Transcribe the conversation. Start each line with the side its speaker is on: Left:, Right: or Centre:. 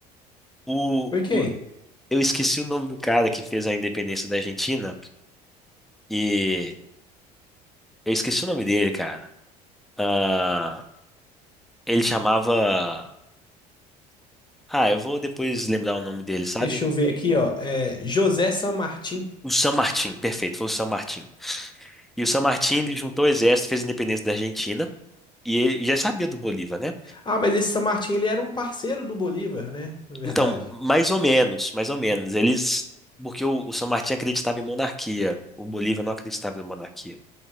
Centre: O,
Left: Ok.
Centre: o- eu esqueci o nome do cara que fez a independência da Argentina. E eu esqueci o nome dele, cara. Ah, ele chamava. Ah, eu vou depois lembrar o nome dele, sabe?
Left: Deixa eu ver aqui, ó. É José San Martín.
Centre: O San Martín, perfeito, foi o San Martín. E o San Martín, ele juntou o exército, fez a independência da Argentina, e ele já sabia do Bolívar, né?
Left: Ah, mas esse San Martín, ele era um parceiro do Bolívar, né? Na verdade.
Centre: Então, mais ou menos, mais ou menos. Eles. Porque o, o San Martín acreditava em monarquia, o Bolívar não acreditava em monarquia.